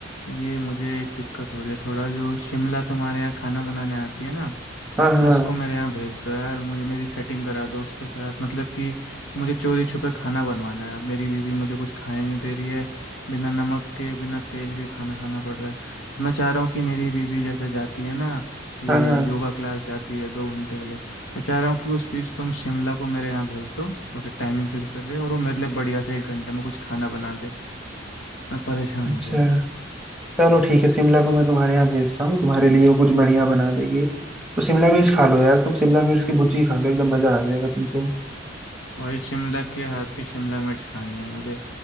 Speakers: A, on the left (about 85°); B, in the centre.
A: ये मुझे एक दिक्कत हो रही है थोड़ा जो शिमला तुम्हारे यहाँ खाना बनाने आती है ना
B: हाँ हाँ
A: उसको मेरे यहाँ भेज दो यार मुझे मेरी सेटिंग करा दो उसके साथ मतलब कि मुझे चोरी छुपे खाना बनवाना है अब मेरी बीवी मुझे कुछ खाने नहीं दे रही है बिना नमक के बिना तेल के खाना खाना पड़ रहा है तो मैं चाह रहा हूँ कि मेरी बीवी जैसे जाती है ना ये
B: हाँ हाँ
A: योगा क्लास जाती है दो घंटे के लिए मैं चाह रहा हूँ कि उस बीच तुम शिमला को मेरे यहाँ भेज दो उसका टाइमिंग फिक्स करके और वो मेरे लिए बढ़िया से एक घंटे में कुछ खाना बना दे मैं परेशान
B: अच्छा
A: हो गया हूँ
B: चलो ठीक है शिमला को मैं तुम्हारे यहाँ भेजता हूँ तुम्हारे लिए वो कुछ बढ़िया बना देगी तो शिमला मिर्च खा लो यार तुम शिमला मिर्च की भुर्जी खा लो एकदम मजा आ जाएगा तुमको
A: वही शिमला के हाथ की शिमला मिर्च खानी है मुझे